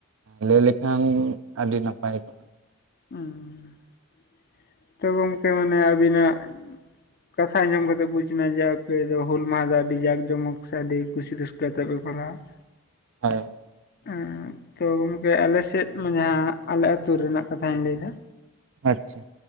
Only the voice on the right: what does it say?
ᱞᱟᱹᱭ ᱞᱮᱠᱷᱟᱱ ᱟᱹᱰᱤ ᱱᱟᱯᱟᱭ ᱠᱚᱜᱼᱟ ᱾
ᱦᱚᱭ <unintelligible>
ᱟᱪᱪᱷᱟ᱾